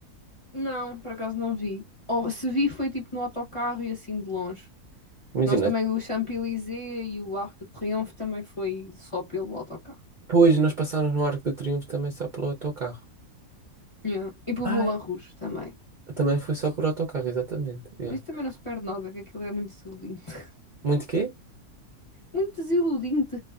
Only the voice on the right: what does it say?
Imagina,
depois nós passámos no Arco do Triunfo também só pelo autocarro.
Ah,
também foi só por autocarro, exatamente. yeah.
Muito quê?